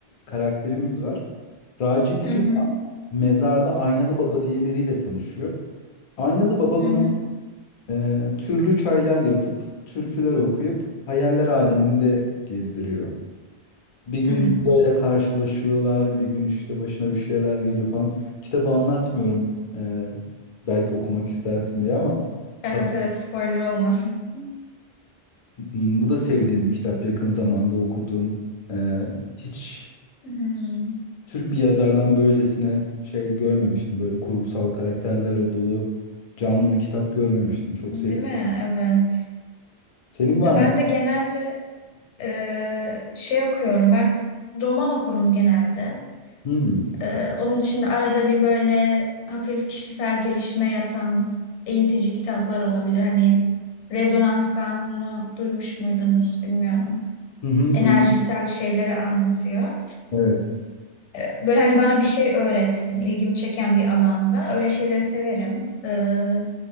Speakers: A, on the left; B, on the left.
A: karakterimiz var. Raci bir
B: Hı hı.
A: gün Mezarda Aynalı Baba diye biriyle tanışıyor. Aynalı Baba
B: Hı
A: buna
B: hı.
A: e, türlü çaylar yapıp, türküler okuyup hayaller aleminde gezdiriyor. Bir gün
B: Hı.
A: Buda'yla karşılaşıyorlar, bir gün işte başına bir şeyler geliyor falan. Kitabı anlatmıyorum e, belki okumak istersin diye ama
B: Evet
A: kab-
B: evet spoiler olmasın.
A: Hmm, bu da sevdiğim bir kitap. Yakın zamanda okudum. E, hiç
B: Hı.
A: Türk bir yazardan böylesine şey görmemiştim. Böyle kurgusal karakterlerle dolu canlı bir kitap görmemiştim. Çok
B: Değil
A: sevdim.
B: mi? Evet.
A: Senin var
B: Ya
A: mı?
B: ben de genelde e, şey okuyorum. Ben roman okurum genelde.
A: Hmm.
B: Ee, onun dışında arada bir böyle hafif kişisel gelişime yatan eğitici kitaplar olabilir. Hani rezonans kanununu duymuş muydunuz bilmiyorum.
A: Hı hı,
B: Enerjisel
A: duydum.
B: şeyleri anlatıyor.
A: Evet.
B: Ee, böyle hani bana bir şey öğretsin, ilgimi çeken bir alanda. Öyle şeyleri severim. Ee,